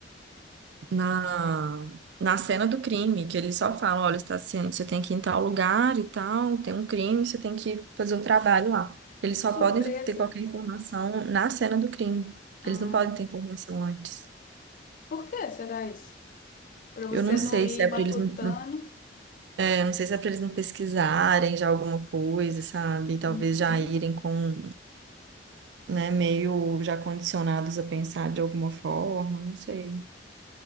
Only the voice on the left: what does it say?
Tipo
surpresa.
Ah,
por que será isso? Para você
não ir
matutando?
Uhum,